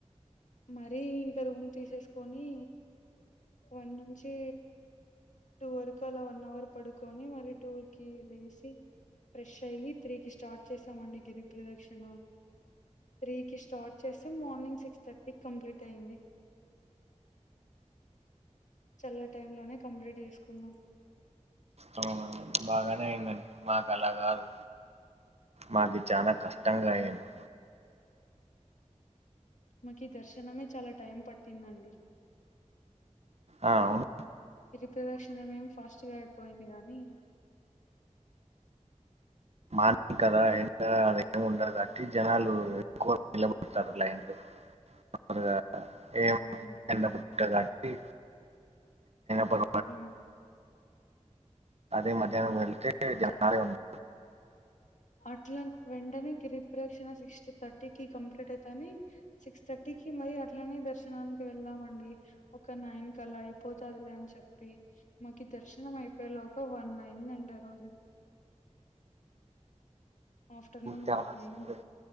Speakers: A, on the left; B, on the right.
A: మరీ ఇంకా రూమ్ తీసేసుకొని వన్ నుంచి టూ వరకు అలా వన్ అవర్ పడుకొని మరి టూ కి లేసిి ఫ్రెష్ అయ్యి త్రీకి స్టార్ట్ చేసామండి గిరిప్రదక్షిణ త్రీ కి స్టార్ట్ చేస్తే మార్నింగ్ సిక్స్ థర్టీ కంప్లీట్ అయింది చల్ల టై లోనే కంప్లీట్ చేసుకున్నా
B: అవున బాగానే అయింది మాకు అలా కాదు మాకు చాలా కష్టం అయింది
A: మాకు ఈ దర్శనమే చాలా టైం పట్టిందండి
B: ఆ అవును
A: ఇరి ప్రదక్షిణమేమి ఫస్ట్ గా అయిపోయింది గానీ
B: మార్నింగ్ కదా ఎండ అద ఏమి ఉండదు కా అట్టి జనాలు ఎక్కువ నిలబడతారు లైన్ లో అడుగా ఏ
A: అవునండి.
B: ఎండ పె కాటి ప
A: హ్మ్
B: అదే మధ్యాహనం వెళ్తే జనాలే
A: చాలా
B: ఉంది
A: అట్లా వెంటనే గిరిప్రదక్షణ సిక్స్ థర్టీ కి కంప్లీట్ అయితని సిక్స్ థర్టీ ఇటికి అట్లనే దర్శనానికి వెళ్ళాం అండి ఒక నయన్ క అలా అయిపోతుదిలే అని చెప్పి మాకి దర్శనం అయిపోయేలోగా వన్ అయిందండి ఆ రోజు ఆఫ్టర్నూన్
B: చాల
A: వన్
B: సేపు
A: అయింది.